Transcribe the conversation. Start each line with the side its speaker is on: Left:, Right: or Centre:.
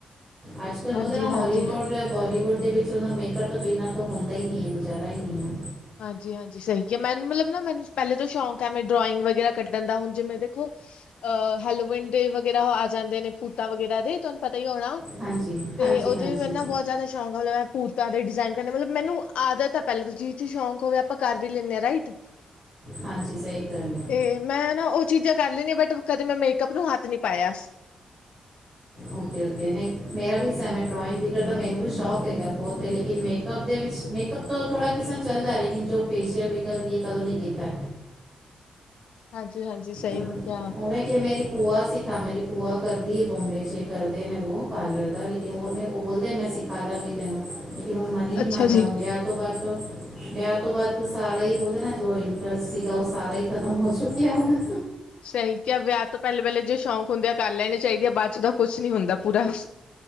Right: ਅੱਜ ਕੱਲ
Left: ਹਾਂਜੀ-ਹਾਂਜੀ,
Right: ਬੋਲਦੇ ਨਾ ਹੌਲੀਵੁਡ। ਬੋਲੀਵੁੱਡ ਦੇ ਵਿੱਚ ਨਾ ਮੇਕਅਪ ਤੋਂ ਬਿਨਾਂ ਤਾ ਹੁੰਦਾ ਹੀ ਨਹੀਂ ਹੈ, ਗੁਜ਼ਾਰਾ ਹੀ ਨਹੀਂ ਹੈ।
Left: ਹਾਂਜੀ-ਹਾਂਜੀ ਸਹੀ ਹੈ, ਮੈਨੂੰ ਮਤਲਬ ਨਾ ਮੈਨੂੰ ਪਹਿਲੇ ਤੋਂ ਸ਼ੌਂਕ ਹੈ ਮੈਂ ਡਰਾਇੰਗ ਵਗੈਰਾ ਕੱਢਣ ਦਾ ਹੁਣ ਜਿਵੇਂ ਦੇਖੋ। ਅ ਹੈਲੋਵਨ ਡੇ ਵਗੈਰਾ ਆ ਜਾਂਦੇ ਨੇ ਭੂਤਾਂ ਵਗੈਰਾ ਦੇ ਤੁਹਾਨੂੰ ਪਤਾ ਹੀ ਹੋਣਾ।
Right: ਹਾਂਜੀ-ਹਾਂਜੀ-ਹਾਂਜੀ।
Left: ਤੇ ਉਹਦੇ ਵੀ ਮੈਨੂੰ ਨਾ ਬਹੁਤ ਜ਼ਿਆਦਾ ਸ਼ੌਕ ਮਤਲਬ ਮੈਂ ਭੂਤਾਂ ਦੇ ਡਿਜਾਈਨ ਕਰਨੇ ਮਤਲਬ ਮੈਨੂੰ ਆਦਤ ਹੈ ਪਹਿਲਾਂ ਤੋਂ <unintelligible> ਸ਼ੌਕ ਕੋਈ ਆਪਾਂ ਕਰ ਵੀ ਲੈਣੇ ਹਾਂ, ਰਾਈਟ?
Right: ਹਾਂਜੀ ਸਹੀ ਗੱਲ ਹੈ
Left: ਤੇ ਮੈਂ ਨਾ ਉਹ ਚੀਜ਼ਾਂ ਕਰ ਲੈਣੀ ਆ ਬਟ ਕਦੇ ਮੈਂ ਮੇਕਅਪ ਨੂੰ ਹੱਥ ਨਹੀਂ ਪਾਇਆ।
Right: ਓਕੇ-ਓਕੇ ਨਹੀਂ ਮੇਰਾ ਵੀ ਹਿੱਸਾ ਹੈ ਮੈਂ ਡਰੋਇੰਗ ਕ੍ਰਿਕੇਟ ਦਾ ਮੈਨੂੰ ਵੀ ਸ਼ੌਕ ਹੈਗਾ ਬਹੁਤ ਹੇ, ਲੇਕਿਨ ਮੇਕਅਪ ਦੇ ਵਿੱਚ ਮੇਕਅਪ ਤੋਂ ਥੋੜਾ ਕਿਸਰਾ ਚੱਲਦਾ ਲੇਕਿਨ ਜੋ ਫੇਸ਼ੀਅਲ ਵੀ <unintelligible> ਕਦੋਂ ਨੀ ਕੀਤਾ।
Left: ਹਾਂਜੀ-ਹਾਂਜੀ ਸਹੀ
Right: ਉਹ-
Left: ਕਿਹਾ।
Right: ਉਵੇਂ ਕਿ ਮੇਰੀ ਭੂਆ ਸਿੱਖ ਆ ਮੇਰੀ ਭੂਆ ਕਰਦੀ ਬੰਬੇ ਚ ਕਰਦੇ ਨੇ ਉਹ ਪਾਰਲਰ ਦਾ ਲੇ ਉਹ ਬੋਲਦੇ ਮੈਂ ਸਿਖਾ ਦਾਂਗੀ, ਤੈਨੂੰ ਲੇਕਿਨ ਹੁਣ ਮਨ ਹੀ ਨਹੀਂ
Left: ਅੱਛਾ
Right: ਮੰਨਦਾ,
Left: ਜੀ
Right: ਹੁਣ ਵਿਆਹ ਤੋਂ ਬਾਅਦ ਵਿਆਹ ਤੋਂ ਬਾਅਦ ਤੇ ਸਾਰਾ ਹੀ ਬੋਲਦੇ ਨਾ ਜੋ ਇੰਟਰਸਟ ਸੀਗਾ ਉਹ ਸਾਰਾ ਹੀ ਖਤਮ ਹੋ ਚੁੱਕਿਆ ਹੁਣ।
Left: ਸਹੀ ਕਿਹਾ ਵਿਆਹ ਤੋਂ ਪਹਿਲੇ-ਪਹਿਲੇ ਜੇ ਸ਼ੌਂਕ ਹੁੰਦੇ ਆ ਕਰ ਲੈਣੀ ਚਾਹੀਦੀ ਆ ਬਾਅਦ ਚ ਦਾ ਕੁਛ ਨਹੀਂ ਹੁੰਦਾ ਪੂਰਾ।